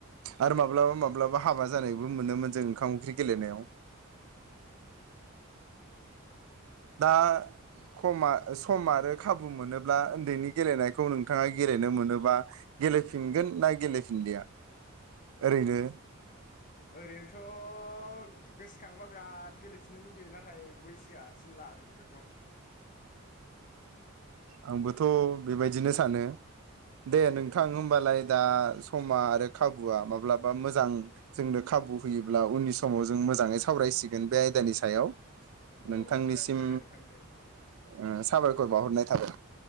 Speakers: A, on the right; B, on the left.
A: आरो माब्लाबा माब्लाबा हाबा जानायबो मोनोमोन जों ओंखाम ओंख्रि गेलेनायाव दा खमा सम आरो खाबु मोनोब्ला उन्दैनि गेलेनायखौ नोंथाङा गेलेनो मोनोबा गेलेफिनगोन ना गेलेफिनलिया ओरैनो
B: ओरैनोथ' गोसोखांबा बिराद गेलेफिननो लुगैयो नाथाय बैसोआ थिनला आरो बेफोरखौ
A: आंबोथ' बेबायदिनो सानो दे नोंथां होमबालाय दा समा आरो खाबुआ माब्लाबा मोजां जोंनो खाबु होयोब्ला उननि समाव जों मोजाङै सावरायसिगोन बे आयदानि सायाव नोंथांनिसिम
B: औ जासिगोन दे नोंथां दे
A: ओ साबायखर बावहरनाय थाबाय